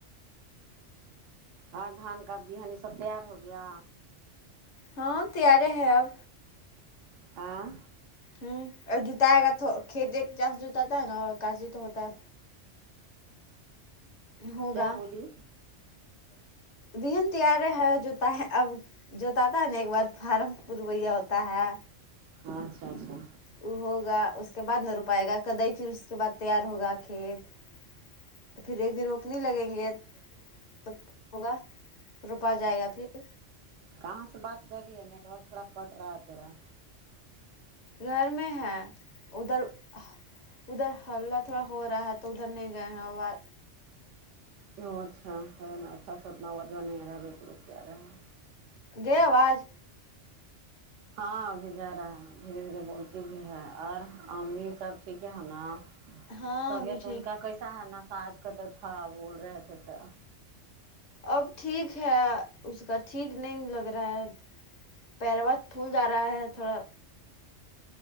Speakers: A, on the right; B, on the left.
A: اور دھان کا بہانی سب تیار ہو گیا
B: ہاں تیارے ہے اب
A: آں
B: ہوں اور جتائے گا تو کھیت ایک جتاتا ہے نا کاچی تو ہوتا ہے ہوگا
A: کیا بولی
B: دن تیار ہے جوتا ہے اب جو دادا نے ایک بار فارم رویہ ہوتا ہے
A: اچھا اچھا
B: وہ ہوگا اس کے بعد نہ رو پائے گا کدھی اس کے بعد تیار ہوگا کھیت تو پھر ایک دن رو اپنی لگیں گے ہوگا روپا جائے گا پھر
A: کہاں سے بات کر رہی ہے نیٹ ورک تھوڑا کٹ رہا ہےتیرا
B: گھر میں ہیں ادھر ادھر ہلہ تھوڑا ہو رہا ہے تو ادھر نہیں گئے ہیں
A: اچھا اچھا انار رک رک کیا رہا
B: گئے آواز
A: ہاں ابھی جا رہا ہے دھیرے دھیرے بولتی بھی ہے اور امی سب ٹھیک ہے ہے نا
B: ہاں
A: طبیعت
B: وہ بھی ٹھیک
A: ان کا کیسا ہے نا ساس کا طبیعت خراب تھا بول رہے تھے تو
B: اب ٹھیک ہے اس کا ٹھیک نہیں لگ رہا ہے پیروا پھول جا رہا ہے تھوڑا